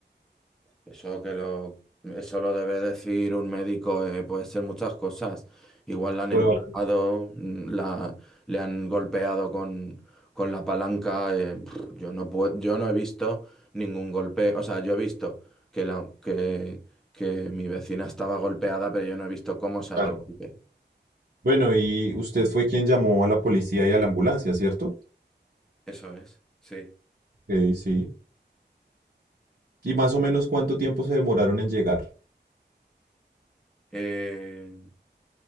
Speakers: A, in the centre; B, on the right (about 55°).
A: Eso que lo, eso lo debe decir un médico, eh, puede ser muchas cosas. Igual la han
B: Probable.
A: empujado, mm, la, le han golpeado con, con la palanca. eh, pff, yo no puedo, yo no he visto ningún golpe. O sea, yo he visto que, la, que, que mi vecina estaba golpeada, pero yo no he visto cómo se
B: Claro.
A: ha dado el golpe.
B: Bueno, y usted fue quien llamó a la policía y a la ambulancia, ¿cierto?
A: Eso es, sí.
B: Ok, sí. ¿Y más o menos cuánto tiempo se demoraron en llegar?
A: Eh,